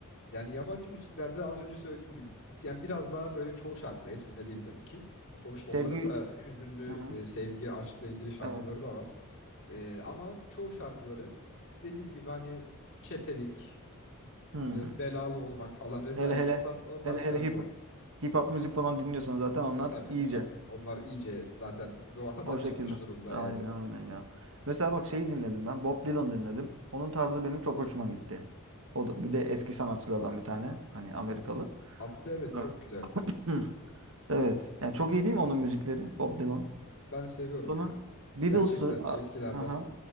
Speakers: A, on the left; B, on the right.
A: Yani yabancı müziklerde az önce söylediğim gibi yani biraz daha böyle çoğu şarkıda hepsinde değil tabii ki. Sonuçta
B: Sevgi
A: onların da hüzünlü
B: Hı hı.
A: e, sevgi, aşkla ilgili şarkıları
B: Evet.
A: da var. Ee, ama çoğu şarkıları dediğim gibi hani çetelik,
B: Hmm.
A: e, belalı olmak falan vesaire
B: Hele hele
A: o tarz, o tarz
B: hele
A: şarkılar.
B: hele hip hip hop müzik falan dinliyorsan zaten onlar
A: E tabi
B: iyice
A: tabi onlar iyice zaten zıvanadan
B: O
A: <laughs> çıkmış
B: şekilde.
A: durumda
B: Aynen
A: yani.
B: aynen ya. Mesela bak şeyi dinledim ben. Bob Dylan dinledim. Onun tarzı benim çok hoşuma gitti. O da bir de eski sanatçılardan bir tane. Hani Amerikalı.
A: Aslında evet çok
B: Evet.
A: güzel.
B: Hı. Evet. Yani çok iyi değil mi onun müzikleri? Bob Dylan.
A: Ben seviyorum
B: Sonra
A: ya.
B: Beatles'ı
A: Gerçekten
B: a-
A: eskilerden.
B: hı hı.